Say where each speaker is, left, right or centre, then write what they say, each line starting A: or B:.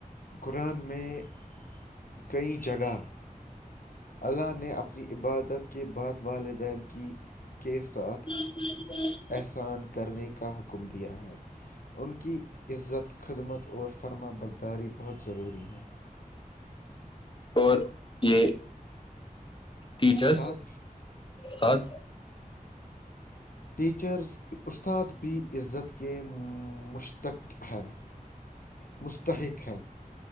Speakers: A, on the left; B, on the left.
A: قرآن میں کئی جگہ اللہ نے اپنی عبادت کے بعد والدین کی کے ساتھ
B: ہاں ج
A: احسان کرنے کا حکم دیا ہے ان کی عزت خدمت اور فرما برداری بہت ضروری ہے
B: اور یہ ٹیچرس
A: استاد
B: سات
A: ٹیچرز استاد بھی عزت کے مشتق ہے مستحق ہیں